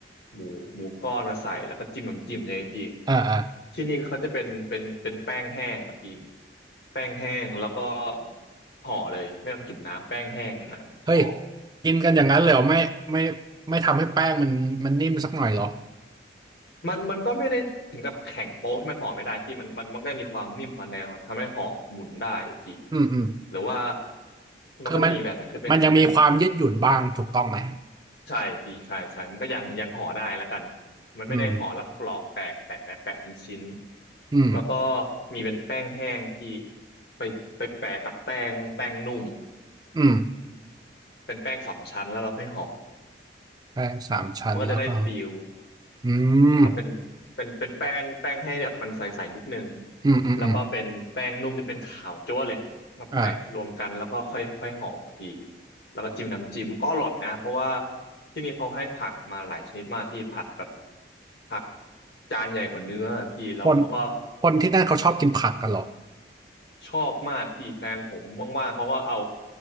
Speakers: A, on the left; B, on the right.
A: หมูหมูก้อนมาใส่แล้วก็จิ้มน้ำจิ้มใช่ไหมพี่
B: อ่าอ่า
A: ที่นี่เขาจะเป็นเป็นเป็นแป้งแห้งอ่ะพี่แป้งแห้งแล้วก็ห่อเลยไม่ต้องจุ่มน้ำแป้งแห้งอ่ะห่อ
B: เฮ้ยกินกันอย่างนั้นเลยเหรอไม่ไม่ไม่ทำให้แป้งมันมันนิ่มสักหน่อยเหรอ
A: มันมันก็ไม่ได้ถึงกับแข็งโป๊กที่มันห่อไม่ได้พี่มันมันมันก็มีความนิ่มความแนวครับทำให้ห่อหมุนได้พี่
B: อืมอืม
A: หรือว่า
B: คือมัน
A: มันก็จะมีอีกแบบหนึงคือเป็นเป็น
B: มันยังมีความยืดหยุ่นบ้างถูกต้องไหม
A: ใช่พี่ใช่ใช่มันก็ยังยังห่อได้แล้วกันมันไม่ได้ห่อแล้วกรอบแตกแปะแปะแปะเป็นชิ้น
B: อืมอืม
A: แล้วก็มีเป็นแป้งแห้งพี่ไปไปแปะกับแป้งแป้งนุ่ม
B: อืม
A: เป็นแป้งสามชั้นแล้วเราค่อยห่อ
B: แป้งสามชั้นแล้วก็
A: มันก็จะได้ฟิล
B: อื
A: มันก็เป็นเป็นเป็นแป้งแป้งให้แบบมันใสๆนิดนึง
B: มอืมอืมอืม
A: แล้วก็เป็นแป้งนุ่มที่เป็นขาวจั๊วเลยมาแปะรวมกันแล้วก็ค่อยค่อยห่อพี่
B: อ่า
A: แล้วก็จิ้มน้ำจิ้มก็อร่อยนะเพราะว่าที่นี่เขาให้ผักมาหลายชนิดมากพี่ผักแบบผักจานใหญ่กว่าเนื้อพี่แล้วเขาก็
B: คนคนที่นั่นเขาชอบกินผักกันเหรอ
A: ชอบมากพี่แฟนผมว่างๆเขาก็เอา